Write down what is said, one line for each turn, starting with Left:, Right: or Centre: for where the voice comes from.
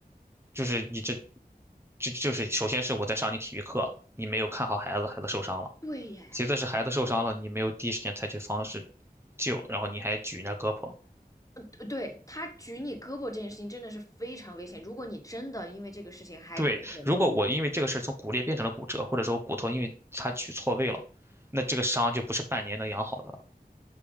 Right: 就是你这，就就是首先是我在上你体育课，你没有看好孩子，孩子受伤了；
Left: 对耶，
Right: 其次是孩子受伤了，你没有第一时间采取方式救，然后你还举人家胳膊，
Left: 呃，对，他举你胳膊这件事情真的是非常危险，如果你真的因为这个事情还更严重，
Right: 对，如果我因为这个事儿从骨裂变成了骨折，或者说我骨头因为它取错位了，那这个伤就不是半年能养好的了。